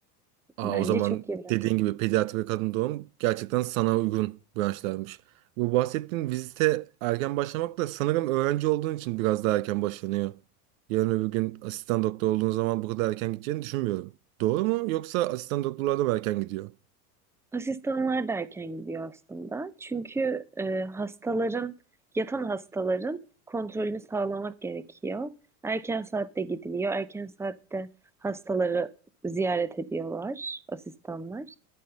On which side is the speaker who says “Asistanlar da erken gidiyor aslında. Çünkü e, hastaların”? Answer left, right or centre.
Centre